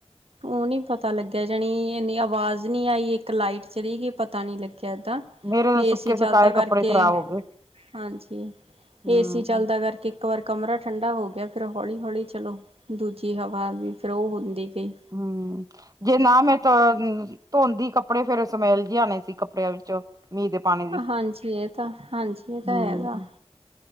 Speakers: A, on the right (about 65°); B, on the right (about 35°).
A: ਉਹ ਨੀ ਪਤਾ ਲੱਗਿਆ, ਜਾਣੀ ਇੰਨੀ ਆਵਾਜ਼ ਨਹੀਂ ਆਈ। ਇੱਕ ਲਾਈਟ ਚਲੀ ਗਈ। ਪਤਾ ਨਹੀਂ ਲੱਗਿਆ ਇਦਾਂ
B: ਮੇਰੇ
A: ਵੀ
B: ਤਾਂ
A: ਏਸੀ
B: ਸੁੱਕੇ
A: ਚੱਲਦਾ
B: ਸੁਕਾਏ ਕੱਪੜੇ
A: ਕਰਕੇ,
B: ਖ਼ਰਾਬ ਹੋ ਗਏ
A: ਹਾਂਜੀ
B: ਹੂੰ
A: ਏਸੀ ਚੱਲਦਾ ਕਰ ਕਿ ਇੱਕ ਵਾਰ ਕਮਰਾ ਠੰਡਾ ਹੋ ਗਿਆ, ਫੇਰ ਹੌਲੀ-ਹੌਲੀ ਚਲੋ ਦੂਜੀ ਹਵਾ ਵੀ ਫਿਰ ਔ ਹੁੰਦੀ ਗਈ।
B: ਹੂੰ ਜੇ ਨਾ ਮੈਂ ਧ ਮ ਧੋਂਦੀ ਕੱਪੜੇ ਫੇਰ ਸਮੈਲ ਜੀ ਆਨੀ ਸੀ ਕੱਪੜਿਆਂ ਵਿੱਚੋਂ, ਮੀਂਹ ਦੇ ਪਾਣੀ ਦੀ
A: ਹਾਂਜੀ ਏ ਤਾਂ, ਹਾਂਜੀ ਏ ਤਾਂ
B: ਹੂੰ
A: ਹੈਗਾ।